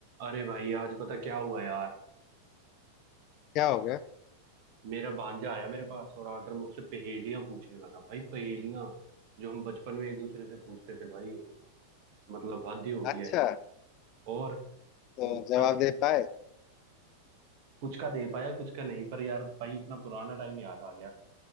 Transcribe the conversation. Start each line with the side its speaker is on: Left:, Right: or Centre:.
Right: अरे भाई आज पता क्या हुआ यार
Left: क्या हो गया
Right: मेरा भांजा आया मेरे पास और आकर मुझसे पहेलियां पूछने लगा भाई पहेलियां जो हम बचपन में एक दूसरे से पूछते थे भाई मतलब हद ही हो गया
Left: अच्छा
Right: है और
Left: तो
Right: मतलब
Left: जवाब
Right: पर
Left: दे पाए
Right: कुछ का दे पाया कुछ का नहीं पर यार भाई अपना पुराना टाइम याद आ गया